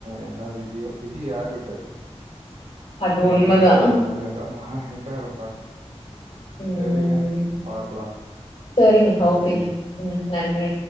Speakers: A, on the right; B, on the left.
A: என்ன விதியோ விதி யார் விட்டது
B: அது
A: என்னைக்காவது
B: உண்மதா
A: எவனாவது எதா மாறிதா இருப்பாங்க
B: ம்
A: செரிங்க பாக்கலா
B: சரிங்க
A: நன்றி
B: ஓகேங்க ம் நன்றி